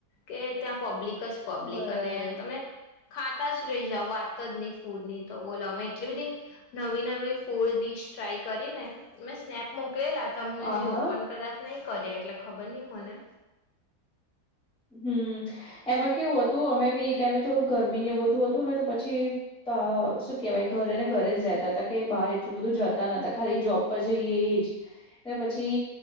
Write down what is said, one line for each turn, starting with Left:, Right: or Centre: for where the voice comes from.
Left: કે ત્યાં પબ્લિક પબ્લિક
Centre: બરાબર
Left: અને તમે ખાતા જ રહી જાઓ ન ફૂડ ની તો બોલો અમે એટલી બધી નવી નવી ફૂડ ડીશ ટ્રાય કરીને મેં સ્નેપ મોકલેલા હતી તમને
Centre: આ
Left: જે
Centre: હા
Left: ઓપન કદાચ નહીં કર્યા એટલે ખબર નહીં મને
Centre: હમ એમાં કેવું હતું અમે બી એ ટાઈમે થોડું ગરમી બધું હતું ને તો પછી તો શું કેહેવાય ઘરે ને ઘરે જ રહેતા હતા કે બહાર એટલું બધું જતા ન હતા ખાલી જોબ પર જઈએ એ જ એ પછી